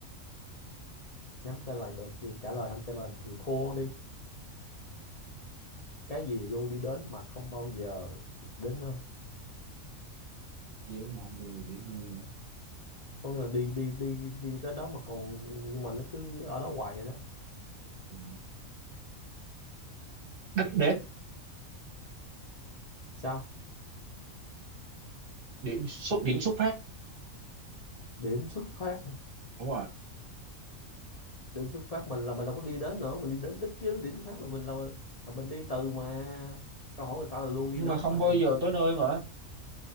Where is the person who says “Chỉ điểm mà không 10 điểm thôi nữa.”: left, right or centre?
Right